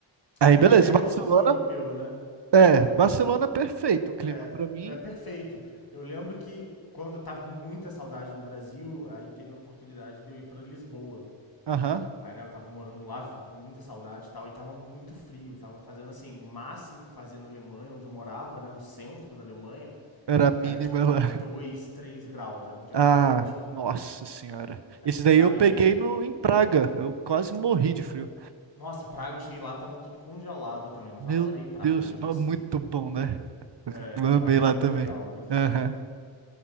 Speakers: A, on the right; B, on the left.
A: Aí
B: O
A: beleza,
B: inverno
A: Barcelona.
B: do sul europeu, né?
A: É, Barcelona é perfeito o clima
B: É,
A: pra mim.
B: é perfeito. Eu lembro que quando eu tava com muita saudade do Brasil, aí teve a oportunidade de eu ir pra Lisboa.
A: Aham.
B: Aí, né, eu tava morando lá, tava com muita saudade e tal, e tava muito frio. Eu Tava fazendo, assim, o máximo que fazia na Alemanha, onde eu morava, né, no centro da Alemanha,
A: Era a mínima
B: era tipo
A: lá.
B: 2, 3 graus, era um dia
A: Ah,
B: quente.
A: nossa senhora. Esse daí
B: E
A: eu
B: aí,
A: peguei
B: tipo,
A: no, em Praga. Eu quase morri de frio.
B: nossa, Praga, eu cheguei lá, tava tudo congelado também, mas
A: Meu
B: eu adorei Praga,
A: Deus,
B: mesmo
A: não,
B: assim.
A: é muito bom, né?
B: É,
A: Eu
B: Praga
A: amei lá
B: é muito
A: também.
B: legal, mesmo
A: Aham.
B: assim.